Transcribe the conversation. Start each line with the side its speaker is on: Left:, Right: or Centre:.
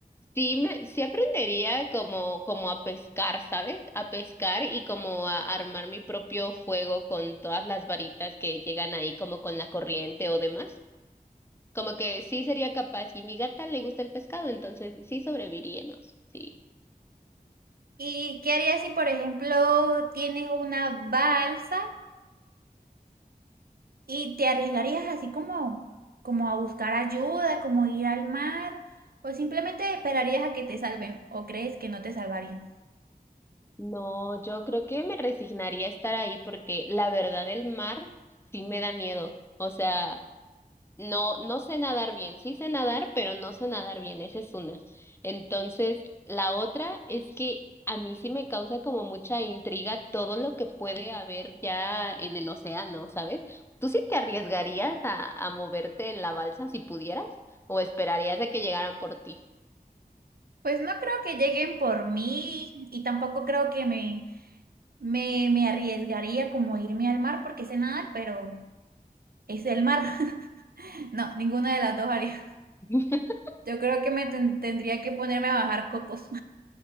Left: sí me, sí aprendería como, como a pescar, ¿sabes? A pescar y como a armar mi propio fuego con todas las varitas que llegan ahí, como con la corriente o demás. Como que sí sería capaz, y mi gata le gusta el pescado, entonces sí sobreviviríamos, sí.
Right: <laughs> ¿Y qué harías si, por ejemplo, tienes una balsa? ¿Y te arriesgarías así como, como a buscar ayuda, como ir al mar, o simplemente esperarías a que te salven, o crees que no te salvarían?
Left: No, yo creo que me resignaría a estar ahí porque la verdad el mar sí me da miedo. O sea, no, no sé nadar bien. Sí sé nadar, pero no sé nadar bien. Esa es una. Entonces, la otra es que a mí sí me causa como mucha intriga todo lo que puede haber ya en el océano, ¿sabes? ¿Tú sí te arriesgarías a, a moverte en la balsa si pudieras? ¿O esperarías a que llegaran por ti?
Right: Pues no creo que lleguen por mí y tampoco creo que me, me, me arriesgaría como irme al mar porque sé nadar, pero es el mar. <laughs> No, ninguna de las dos haría.
Left: <laughs>
Right: Yo creo que me ten- tendría que ponerme a bajar cocos.